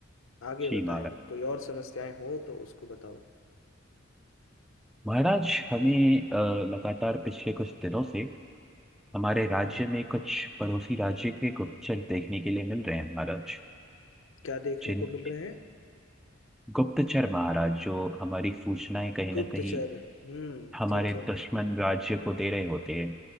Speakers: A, on the left; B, in the centre.
A: आगे
B: जी
A: बताएं
B: महाराज
A: कोई और समस्याएं हो तो उसको बताओ
B: महाराज हमें अ, लगातार पिछले कुछ दिनों से हमारे राज्य
A: हम्म
B: में कुछ पड़ोसी राज्य के गुप्तचर देखने के लिए मिल रहे हैं महाराज
A: क्या देखने
B: जिन
A: को मिल रहे हैं
B: गुप्तचर महाराज जो हमारी सूचनाएं कहीं
A: गुप्तचर
B: ना कहीं
A: हम्म
B: हमारे
A: ठीक है
B: दुश्मन राज्य को दे रहे होते हैं